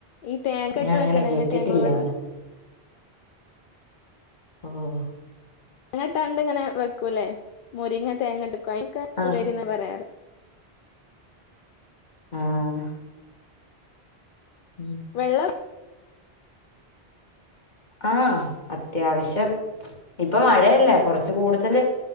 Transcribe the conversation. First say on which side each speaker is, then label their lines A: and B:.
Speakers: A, on the left; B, on the left.
A: ഈ തേങ്ങ
B: ഞാൻ
A: ഇട്ട്
B: അങ്ങനെ
A: വെക്കണേനൊക്കെ
B: കേട്ടിട്ടില്ല
A: ഞങ്ങളിവിടെ
B: അതാ ഓഹ്
A: അങ്ങനെട്ടാണ്ടിങ്ങനെ വെക്കൂല്ലേ മുരിങ്ങ തേങ്ങട്ട്ക്കും അതിനൊക്കെ
B: ആഹ്
A: ഉപ്പേരിന്നാ പറയാറ്
B: ആഹ് ഉം
A: വെള്ള
B: ആഹ് അത്യാവശ്യം ഇപ്പ മഴയല്ലേ കൊറച്ച് കൂടുതല്